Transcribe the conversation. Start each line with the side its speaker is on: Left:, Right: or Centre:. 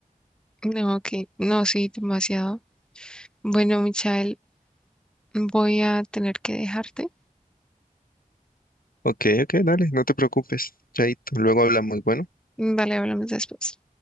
Centre: No, ok, no, sí, demasiado. Bueno, Michael, voy a tener que dejarte.
Left: Ok, ok, dale, no te preocupes, Chaito. Luego hablamos, bueno.
Centre: Vale, hablamos después.